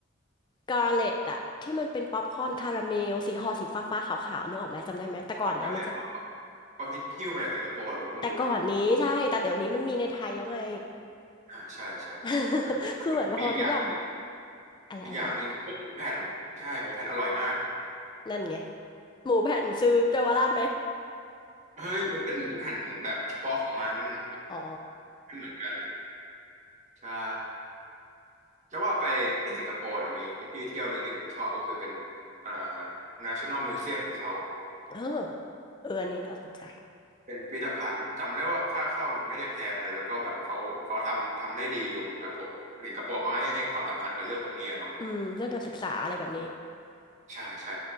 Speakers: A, on the left; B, on the right.
A: กา r l เลตอะที่มันเป็นป๊อปคอร์นคาราเมลสีห่อสีฟ้าๆขาวๆนึกออกไหมจำได้ไหมแต่ก่อนเนี้ยมันจะ
B: อ๋อเกาหลีเขาฮิตหิ้วมาจากสิงคโปร์เหรอผมเพิ่งรู้เลย
A: แต่ก่อนนี้ใช่ แต่เดี๋ยวนี้มันมีในไทยแล้วไง
B: อ่าใช่ใช่แล้ว
A: <laughs> คือเหมือนพอทุกอย่าง
B: มีอีกอย่างหนึ่ง
A: อะไรอะไรอะไร
B: อีกอย่างหนึ่งคือหมูแผ่นใช่หมูแผ่นอร่อยมาก
A: นั่นไง หมูแผ่นซื้อเยาวราชไหม
B: เฮ้ยมันเป็นหมูแผ่นแบบเฉพาะของมัน
A: <laughs> อ๋อ
B: ไม่เหมือนกันใช่จะว่าไปที่สิงคโปร์เนี่ยมีที่เที่ยวหนึ่งที่ผมชอบก็คือเป็นอ่า National Museum ของเขา
A: <laughs> เออเอออันนี้น่าสนใจ
B: เป็นพิพิธภัณฑ์จำได้ว่าค่าเข้าไม่ได้แพงเลยแล้วก็แบบเขาเขาทำทำได้ดีอยู่ครับผมสิงคโปร์เขาให้ความสำคัญกับเรื่องพวกนี้อะเนาะ
A: อืมเรื่องการศึกษาอะไรแบบนี้
B: ใช่ใช่